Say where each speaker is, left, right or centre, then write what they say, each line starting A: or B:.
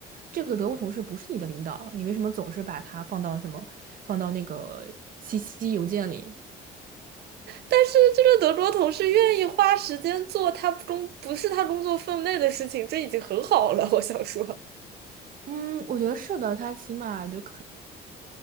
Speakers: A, on the right; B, on the right.
A: 这个德国同事不是你的领导啊，你为什么总是把他放到什么，放到那个信息邮件里？
B: 但是这个德国同事愿意花时间做他工不是他工作分内的事情，这已经很好了。我想说，
A: 嗯，我觉得是的，他起码就可，